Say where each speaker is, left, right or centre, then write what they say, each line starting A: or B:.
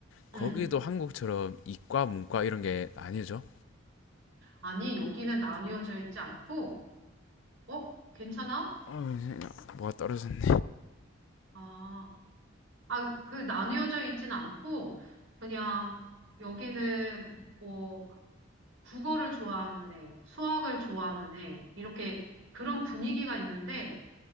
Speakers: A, on the left (about 65°); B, on the right (about 85°).
A: 거기도
B: 응.
A: 한국처럼 이과, 문과 이런 게 아니죠?
B: 아니, 여기는 나뉘어져 있지 않고, 어? 괜찮아?
A: 아, 뭐가 떨어졌네.
B: 아. 아, 그 나뉘어져 있진 않고 그냥 여기는 뭐 국어를 좋아하는 애, 수학을 좋아하는 애 이렇게 그런 분위기가 있는데